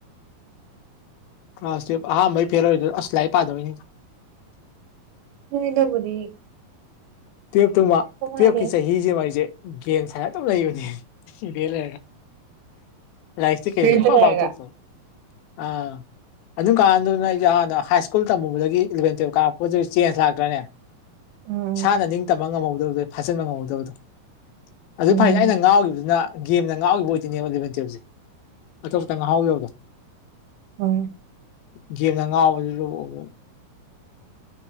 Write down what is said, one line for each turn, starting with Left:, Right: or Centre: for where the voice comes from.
Left: ꯀ꯭ꯂꯥꯁ ꯇꯨꯌꯦꯞ ꯑꯍꯥꯟꯕꯩ ꯐꯦꯜ ꯑꯣꯏꯕꯗꯣ ꯑꯁ ꯂꯥꯏꯔꯛ ꯄꯥꯗꯕꯩꯅꯤꯗ
Right: ꯃꯤ ꯑꯅꯧꯕꯗꯤ
Left: ꯇꯨꯌꯦꯞꯇꯨ ꯃꯥ ꯇꯨꯌꯦꯞꯀꯤ
Right: ꯍꯥꯏꯗꯤ
Left: ꯆꯍꯤꯖꯤ ꯃꯥ ꯑꯩꯖꯦ꯫ ꯒꯦꯝ ꯁꯥꯟꯅꯔ ꯑꯗꯨꯝ ꯂꯩꯕꯅꯦ ꯔꯦꯟ ꯂꯩꯔꯒ ꯂꯥꯏꯔꯤꯛꯁꯦ
Right: ꯔꯦꯟꯇ ꯂꯩꯔꯒ
Left: <unintelligible> ꯑꯥ ꯑꯗꯨꯝ ꯀꯥꯟꯗꯨꯅ ꯑꯩꯖꯦ ꯍꯥꯏ ꯁ꯭ꯀꯨꯜ ꯇꯝꯃꯨꯕꯗꯒꯤ ꯏꯂꯚꯦꯟ ꯇꯨꯌꯦꯞ ꯀꯥꯔꯛꯄꯗꯩ ꯆꯦꯟꯖ ꯂꯥꯛꯇ꯭ꯔꯅꯦ
Right: ꯎꯝ
Left: ꯏꯁꯥꯅ ꯅꯤꯡꯇꯝꯕ ꯉꯝꯍꯧꯗꯕꯗꯣ ꯐꯥꯖꯤꯟꯕ ꯉꯝꯍꯧꯗꯕꯗꯣ ꯑꯗꯨ
Right: ꯎꯝ
Left: ꯐꯔꯁꯦ
Right: ꯍꯣꯏ
Left: ꯑꯩꯅ ꯉꯥꯎꯈꯤꯕꯗꯨꯅ ꯒꯦꯝꯅ ꯉꯥꯛꯍꯥꯎꯈꯤꯕ ꯑꯣꯏꯗꯣꯏꯅꯦꯕ ꯏꯂꯕꯦꯟ ꯇꯨꯌꯦꯦꯜꯞꯁꯦ ꯑꯇꯣꯞꯄꯇ ꯉꯥꯏꯍꯥꯎ ꯌꯥꯎꯗꯣ
Right: ꯍꯝ
Left: ꯒꯦꯝꯗ ꯉꯥꯎꯕꯗꯨꯗ ꯑꯃꯨꯛ